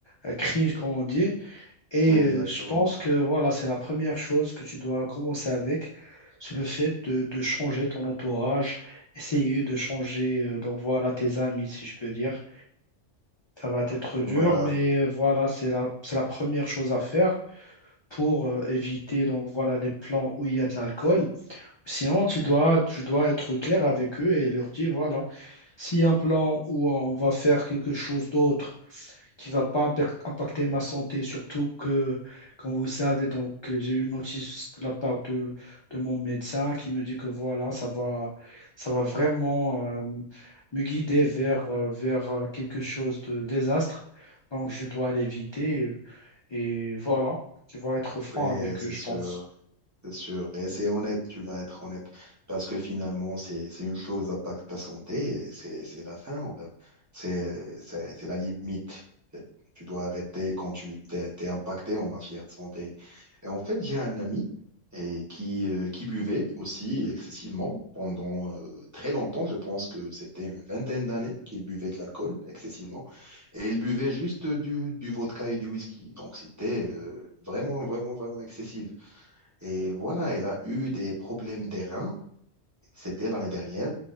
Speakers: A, on the left (about 35°); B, on the right (about 15°).
A: euh, cringe, comme on dit. Et
B: exactement.
A: euh, je pense que voilà, c'est la première chose que tu dois commencer avec, c'est le fait de, de changer ton entourage, essayer de changer euh, donc voilà tes amis, si je peux dire. Ça va être
B: Et
A: dur,
B: voilà.
A: mais euh, voilà, c'est la, c'est la première chose à faire pour euh, éviter donc voilà les plans où il y a de l'alcool. Sinon, tu dois, tu dois être clair avec eux et leur dire voilà, s'il y a un plan où on va faire quelque chose d'autre, qui va pas impact- impacter ma santé, surtout que, comme vous savez, donc euh, j'ai eu une notice de la part de, de mon médecin qui me dit que voilà, ça va, ça va vraiment euh, me guider vers, euh, vers euh, quelque chose de désastre. Donc je dois l'éviter et et voilà, tu vas être franc
B: Ouais,
A: avec
B: c'est
A: eux, je
B: sûr.
A: pense.
B: C'est sûr, et c'est honnête, tu vas être honnête, parce que finalement, c'est c'est une chose à pas que ta santé, et c'est c'est la fin, en fait. C'est c'est c'est la limite. En fait. Tu dois arrêter quand tu t'es t'es impacté en matière de santé. Et en fait, j'ai un ami et qui euh, qui buvait aussi excessivement pendant euh, très longtemps. Je pense que c'était une vingtaine d'années qu'il buvait de l'alcool excessivement, et il buvait juste du du vodka et du whisky. Donc c'était euh, vraiment vraiment vraiment excessif. Et voilà, elle a eu des problèmes des reins. C'était l'année dernière.